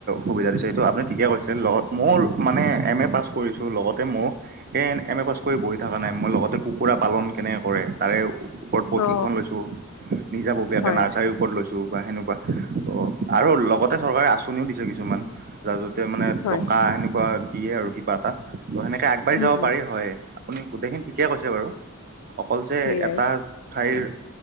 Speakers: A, on the right; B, on the left.
A: সুবিধা দিছে। এইটো আপুনি ঠিকে কৈছে লগত মোৰ মানে এম এ পাছ কৰিছো লগতে মোৰ এ এম এ পাছ কৰি বহি থকা নাই মই লগতে কুকুৰা পালন কেনেক কৰে তাৰে ওপৰত প্ৰশিক্ষণ
B: অ
A: লৈছোঁ নিজাববীয়াকে
B: হয়
A: নাৰ্চৰী ওপৰত লৈছোঁ। বা সেনেকুৱা অ আৰু লগতে চৰকাৰে আঁচনিও দিছে কিছুমান মানে
B: হয়
A: টকা এনেকুৱা দিয়ে আৰু কিবা এটা ত' সেনেকে আগবাঢ়ি
B: উম
A: যাব
B: উম
A: পাৰি হয়। আপুনি গোটেইখিনি ঠিকে কৈছে বাৰু অ যে
B: সেইয়াই
A: এটা ঠাইৰ